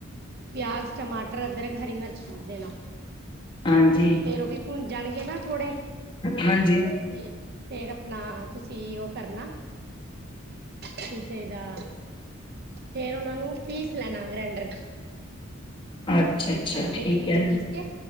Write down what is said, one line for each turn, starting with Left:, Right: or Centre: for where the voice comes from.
Right: ਪਿਆਜ, ਟਮਾਟਰ, ਅਦਰਕ, ਹਰੀ ਮਿਰਚ ਪਾ ਦੇਣਾ
Left: ਹਾਂਜੀ
Right: ਫੇਰ ਉਹ ਵੀ ਹੁਣ ਜਾਣਗੇ ਨਾ ਥੋੜੇ
Left: ਹਾਂਜੀ,
Right: ਹੂੰ, ਤੇ ਫੇਰ ਆਪਣਾ ਤੁਸੀਂ ਉਹ ਕਰਨਾ। ਠੀਕ ਏਦਾ, ਫੇਰ ਉਹਨਾਂ ਨੂੰ ਪੀਸ ਲੈਣਾ ਗ੍ਰੈਂਡਰ 'ਚ
Left: ਅੱਛਾ, ਅੱਛਾ
Right: ਹੈਲੋ ਮਿਕਸੀ
Left: ਠੀਕ ਹੈ
Right: 'ਚ ਪੀਸ ਕੇ,